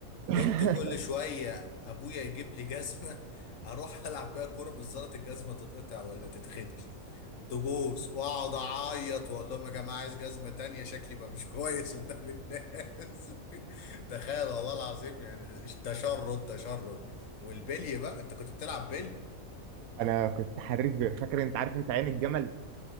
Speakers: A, on the right; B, on the left.
A: <laughs>
B: كنت كل شويه ابويا يجيب لي جزمه <laughs> اروح العب بيها كوره بالزلط الجزمه تتقطع ولا تتخدش تبوس واقعد اعيط واقول لهم يا جماعه عايز جزمه تانية شكلي بقى مش <laughs> كويس قدام الناس <laughs> تخيل والله العظيم يعني تشرد تشرد والبلي بقى انت كنت بتلعب بلي
A: انا كنت حريف بير فاكر انت عارف انت عين الجمل